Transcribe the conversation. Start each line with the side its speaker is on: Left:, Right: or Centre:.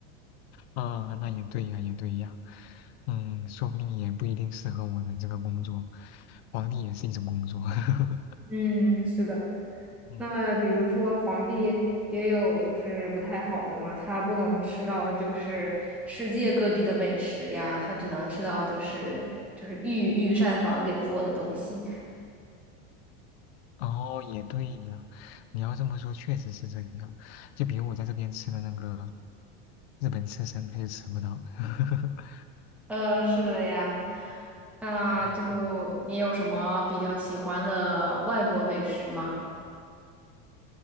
Left: 啊，那也对呀，也对呀。嗯，说不定也不一定适合我的这个工作，皇帝也是一种工作。<laughs>
Centre: 嗯，是的。
Left: 嗯。
Centre: 那么比如说皇帝也有就是不太好的嘛，他不能吃到就是世界各地的美食呀，他只能吃到就是就是御御膳房给做的东西。
Left: 哦，也对呀，你要这么说，确实是这样。就比如我在这边吃的那个日本刺身，他就吃不到。<laughs>
Centre: 呃，是的呀，啊，
Left: 对呀，
Centre: 就你有什么比较喜欢的外国美食吗？
Left: 对呀，